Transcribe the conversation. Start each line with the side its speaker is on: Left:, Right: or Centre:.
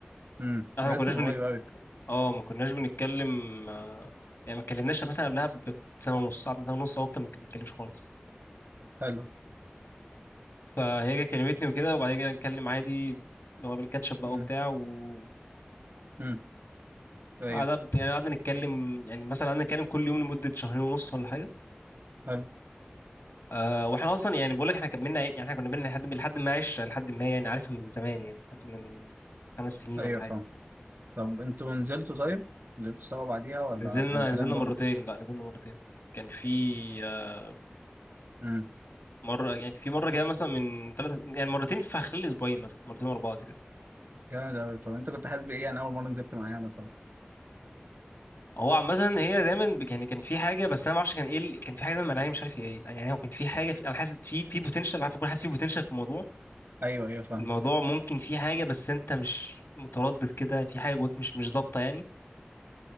Right: امم
Left: احنا
Right: ده
Left: ما
Right: لسه
Left: كناش
Right: من
Left: بنك...
Right: قريب قوي
Left: اه ما كناش بنتكلم آه، يعني ما اتكلمناش مثلا قبلها بسنة ونص ساعة سنة ونص او اكتر ما بنتكلمش خالص
Right: حلو
Left: فهي جت كلمتني وكده وبعدين جينا نتكلم عادي اللي هو بالكاتشب بقى
Right: امم
Left: وبتاع وكده
Right: امم ايوه
Left: قعدنا يعني قعدنا نتكلم يعني مثلا قعدنا نتكلم كل يوم لمدة شهرين ونص ولا حاجة
Right: حلو
Left: أه واحنا اصلا يعني بقول لك احنا كملنا يعني احنا كنا بينا لحد لحد ما 10 لحد ما يعني عارفها من زمان يعني عارفها من خمس سنين
Right: ايوه
Left: ولا حاجه
Right: فاهم طب انتوا نزلتوا طيب نزلتوا سوا بعديها ولا
Left: نزلنا
Right: كان كلام
Left: نزلنا
Right: برضو
Left: مرتين لا نزلنا مرتين كان في آه،
Right: امم
Left: مره يعني في مره كده مثلا من ثلاث يعني مرتين في خلال اسبوعين مثلا مرتين ورا بعض كده
Right: جامد قوي طب انت كنت حاسس بايه يعني اول مره نزلت معاها مثلا
Left: هو عامه هي دايما ب- يعني كان في حاجه بس انا ما اعرفش كان ايه ال- كان في حاجه دايما مانعني مش عارف هي ايه يعني هو كان في حاجه في... انا حاسس في في بوتنشال عارف بكون حاسس في بوتنشال في الموضوع
Right: ايوه ايوه فاهم
Left: الموضوع ممكن في حاجه بس انت مش متردد كده في حاجه جواك مش مش ظابطه يعني